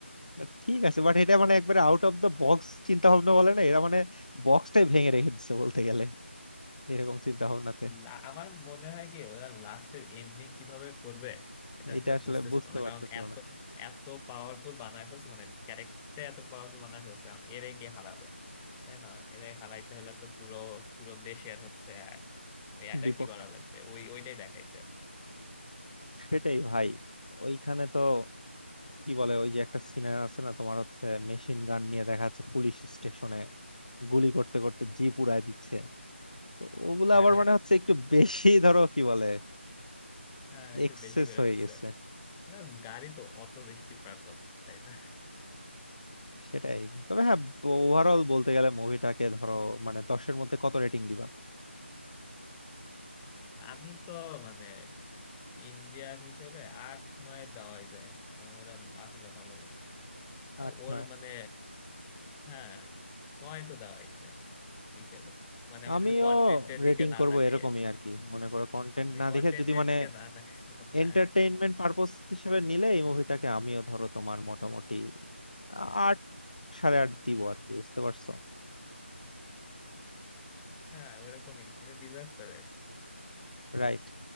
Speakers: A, on the left; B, in the centre.
A: But ঠিক আছে বাট এটা মানে একবারে আউট অফ দ্য বক্স চিন্তা ভাবনা বলে না এরা মানে বক্সটাই ভেঙে রেখে দিচ্ছে বলতে গেলে এরকম চিন্তা ভাবনাতে
B: লা- আমার মনে হয় কি ওরা লাস্টের এন্ডিং কিভাবে করবে এটা আসলে
A: এটা আসলে
B: বুঝতেছিল
A: বুঝতে
B: না
A: পারতেছে
B: কারণ এত
A: না
B: এত পাওয়ারফুল বানায় ফেলছে মানে ক্যারেক্টারটা এত পাওয়ারফুল বানায় ফেলছে এখন এরাই কে হারাবে তাই না এরাই হারাইতে হলে তো পুরো পুরো দেশে আর হচ্ছে আহ, ওই অ্যাটাকই
A: বিপক্ষ
B: করা লাগবে ওই ওইটাই দেখাইছে
A: সেটাই ভাই ওইখানে তো কি বলে ওই যে একটা সিনার আছে না তোমার হচ্ছে মেশিন গান নিয়ে দেখা যাচ্ছে পুলিশ স্টেশনে গুলি করতে করতে জিপ উড়ায় দিচ্ছে তো ওগুলো
B: <laughs> হ্যাঁ
A: আবার মানে হচ্ছে একটু বেশি ধরো কি বলে
B: হ্যাঁ, একটু
A: এক্সেস
B: বেশি করে
A: হয়ে
B: ফেলছে
A: গেছে
B: না, গাড়ি তো অত বেশি পারলাম তাই না
A: সেটাই তবে হ্যাঁ ওভারঅল বলতে গেলে মুভিটাকে ধরো মানে দশের মধ্যে কত রেটিং দিবা
B: আমি তো মানে ইন্ডিয়ার হিসেবে আট নয় দেওয়াই যায় কারণ ওরা আসলে ভালো হয়েছে আর
A: আট
B: ওর
A: নয়
B: মানে হ্যাঁ নয় তো দেওয়াই যায় হিসেবে মানে আমি
A: আমিও
B: যদি কন্টেন্টের
A: রেটিং
B: দিকে না
A: করব
B: তাকাই
A: এরকমই
B: আর কি
A: আর কি মনে করো কন্টেন্ট
B: আমি
A: না
B: কন্টেন্টের
A: দেখে যদি মানে
B: দিকে না তাকাই হ্যাঁ
A: এন্টারটেইনমেন্ট পারপোজ হিসেবে নিলে এই মুভিটাকে আমিও ধরো তোমার মোটামুটি আ- আট সাড়ে আট দিব আর কি বুঝতে পারছো
B: হ্যাঁ, ওরকমই এটা ডিজার্ভ করে আসে
A: রাইট